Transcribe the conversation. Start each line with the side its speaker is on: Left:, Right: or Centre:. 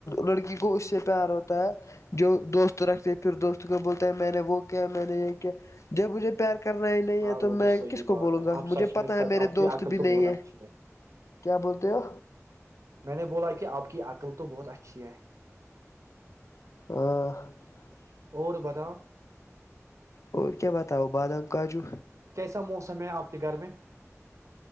Left: لڑکی کو اس سے پیار ہوتا ہے جو دوست رکھتے پھر دوست کو بولتے ہیں میں نے وہ کیا میں نے یہ کیا جب مجھے پیار کرنا ہی نہیں
Right: ہاں
Left: ہے تو
Right: وہ
Left: میں
Right: صحیح
Left: کس کو
Right: بات
Left: بولوں
Right: ہے
Left: گا
Right: آپ
Left: مجھے
Right: سچ میں
Left: پتا
Right: سچ
Left: ہے میرے
Right: آپ کی
Left: دوست
Right: عقل
Left: بھی
Right: تو
Left: نہیں
Right: بہت
Left: ہے
Right: اچھی
Left: کیا بولتے ہو
Right: میں نے بولا کہ آپ کی اکل تو بہت اچھی ہے
Left: <inaudible>
Right: اور بتا
Left: اور کیا بتاؤ بادام کاجو
Right: ایسا موسم ہے آپ کے گھر میں